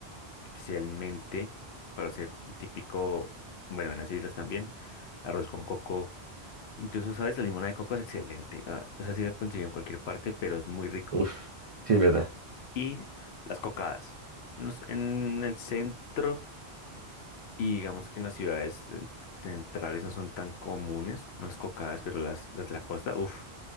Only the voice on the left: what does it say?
especialmente para hacer un típico, bueno, en las islas también, arroz con coco. Incluso, ¿sabes? La limonada de coco es excelente. ah, esa sí la consigo en cualquier parte, pero es muy rico.
Y las cocadas. No sé, en el centro. Y digamos que en las ciudades eh, centrales no son tan comunes las cocadas, pero las, las de la costa, uff,